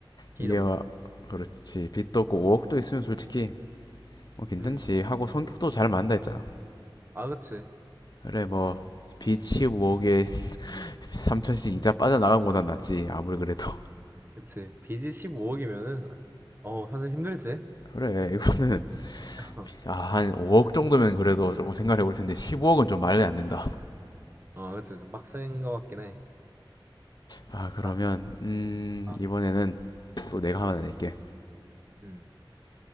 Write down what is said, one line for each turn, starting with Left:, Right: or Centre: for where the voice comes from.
Right: 빚
Left: 이게
Right: 없는.
Left: 와, 그렇지. 빚도 없고 5억도 있으면 솔직히 뭐 괜찮지.
Right: 음.
Left: 하고 성격도 잘 맞는다 했잖아.
Right: 아, 그치.
Left: 그래, 뭐 빚이 5억에 3천씩 이자 빠져나간 거보단 낫지 아무리 그래도
Right: 그치. 빚이 15억이면은 어, 사실 힘들지.
Left: 그래 이거는
Right: <laughs>
Left: 아, 한 5억 정도면 그래도 조금 생각해 볼 텐데 15억은 좀 말이 안 된다
Right: 어, 그치. 좀 빡센 거 같긴 해.
Left: 아 그러면
Right: 아,
Left: 음
Right: 아,
Left: 이번에는 또 내가 하나 낼게
Right: 음,